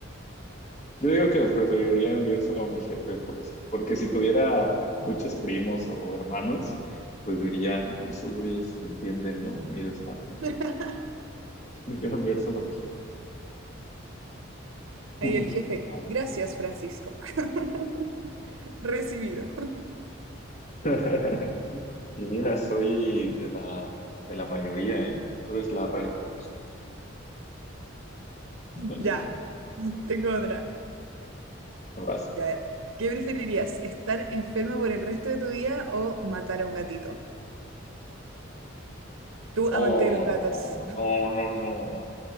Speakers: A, on the left; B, on the right.
A: yo digo que preferiría enviárselo a mi jefe por eso, porque si tuviera muchos primos o hermanos, pues diría, "Ah, esos güeyes entienden, ¿no? Mi desmadre.
B: <laughs>
A: Yo también eso no me dijeron.
B: Ahí el
A: <laughs>
B: jefe. Gracias, Francisco. <laughs> Recibido.
A: <laughs> Y mira, soy de la, de la mayoría, ¿eh? Tú eres la rarita. <laughs>
B: Ya, tengo otra.
A: Vas.
B: Ya. ¿Qué preferirías? ¿Estar enfermo por el resto de tu vida o matar a un gatito? Tú,
A: Oh,
B: amante de los
A: no,
B: gatos.
A: no, no, no.